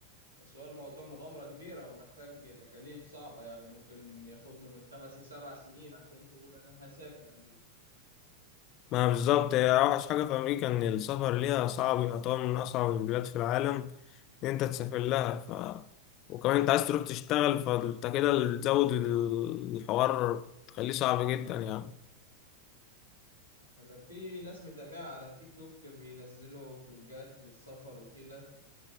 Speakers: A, on the right; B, on the left.
A: بس هو الموضوع مغامرة كبيرة ومحتاج تكاليف صعبة يعني ممكن ياخد له من خمس لسبع سنين عشان تقول انا هسافر امريكا
B: ما بالظبط هي أوحش حاجة في أمريكا إن السفر ليها صعب يعتبر من أصعب البلاد في العالم ان انت تسافر لها ف وكمان انت عايز تروح تشتغل فانت كده بتزود الحوار تخليه صعب جدا يعني
A: انا في ناس متابعة على التيك توك بينزلوا فلوجات للسفر وكده